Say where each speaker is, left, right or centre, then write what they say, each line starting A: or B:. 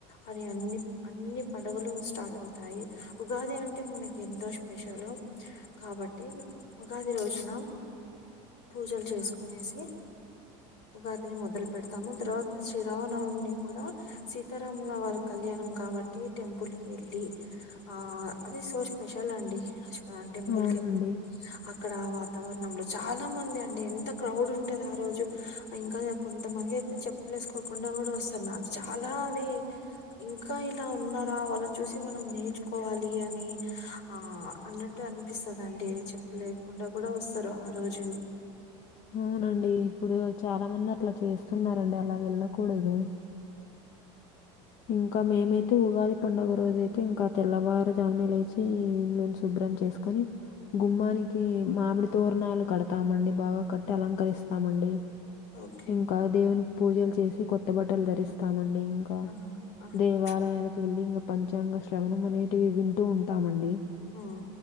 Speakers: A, on the left (about 65°); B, on the left (about 45°).
A: అని అన్ని అన్ని పండుగలు స్టార్ట్ అవు తాయి ఉగాది అంటే మనకి ఎంతో స్పెషల్ కాబట్టి ఉగాది రోజున నా పూజలు చేసుకోనేసి ఉగాదిని మొదలు పెడతాము తర్వాత శ్రీరామనవమిని కూడా సీతారాముల వారి కళ్యాణ్ ణం కాబట్టి టెంపుల్ కి వెళ్ళి ఆ అది సో స్పెషల్ అండి స్వ టెంపుల్
B: అవునండి.
A: కెల్ అక్కడ వాత్ వాతావరణంలో చాలా మంది అండి ఎంత క్రౌడ్ ఉంటది ఆ రోజు ఇంకా కొంతమంది అయితే చెప్పలేమ్ వేసుకోకుండా కూడా వస్తున్నా నాకు చాలా అది ఇంకా ఇలా ఉన్నార వాళ్ళని చూసి మనం నేర్చుకోవాలి అని ఆ అన్నట్టు అనిపిస్తుందిండి చెప్పలేకుండా కూడా కూడా వస్తారు ఆ రోజు
B: అవునండి ఇప్పుడు చాలా మంది అట్లా చేస్తున్నండి అలా వెళ్ళకూడదు ఇంకా మేమైతే ఉగాది పండుగ రోజు అయితే ఇంకా తెల్లవారుజాముినే లేచి ఇల్లును శుబా బ్రం చేసుకోని గుమ్మానికి మామిడి తోరణాలు కడతామండి బాగా కట్టి అలంకరిస్తాం మండి
A: ఓకే
B: ఇంకా దేవునికి పూజలు చేసి కొత్త బట్టలు ధరిస్తామండి ఇంకా
A: ఆ ఆహా
B: దేవాలయాలకు వెళ్ళి ఇంకా పంచాంగ శ్రవణం అనేటివి వింటూ ఉంటామండి
A: ఆ